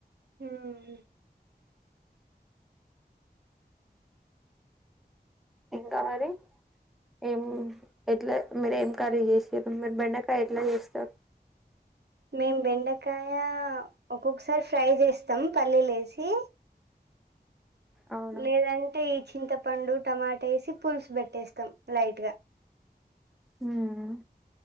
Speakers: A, on the right; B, in the centre.
A: హ్మ్
B: ఇంకా మరి ఏం ఎట్ల మీరు ఏం కర్రీ చేసింరు. మీర్ బెండకాయ ఎట్ల చేస్తారు.
A: మేం బెండకాయ ఒక్కొక్కసారి ఫ్రై చేస్తాం పల్లీల్ ఏసి
B: అవునా
A: లేదంటే ఇ చింతపండు, టమాటా ఏసి పులుసు పెట్టేస్తాం లైట్గా
B: హ్మ్